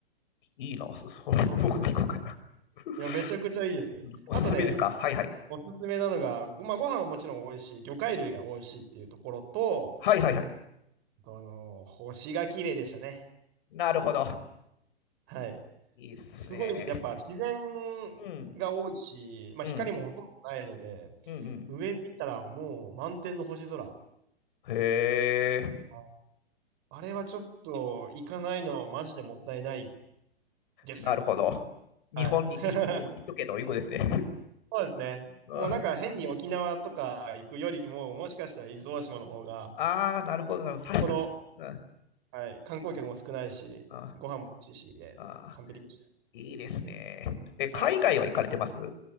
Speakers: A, on the left; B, on the right.
A: いいな。そ、<laughs> そ僕も行こうかな。<laughs>
B: いや、めちゃくちゃいいです。
A: うんおすすめですかはいはい。
B: あとね、おすすめなのが、ごまあ、ご飯はもちろん美味しい、魚介類が美味しいっていうところと、
A: はいはいはい。
B: あとあの、星が綺麗でしたね。
A: なるほど。
B: はい。
A: いいっすね。
B: すごいんです。やっぱ自然が多いし、
A: うん、
B: まあ、
A: うん、
B: 光もほとんどないので、
A: うん、
B: 上見たらもう満天の星空。
A: うん。へえ。
B: ああれはちょっと行かないのはマジでもったいないですよ。
A: なるほど。
B: はい。
A: 日本にいる以上言っとけということですね。
B: <laughs> そうですね。
A: <laughs>
B: もうなんか変に沖縄とか行くよりも、もしかしたら伊豆大島の方が、
A: ああー、なるほど、なるほど。確か、
B: この
A: うん
B: はい。観光客も少ないし、
A: あ
B: ご飯も美味しいし、で、
A: あ
B: 完璧でしたよ。
A: いいですね。え、海外は行かれてます
B: はい。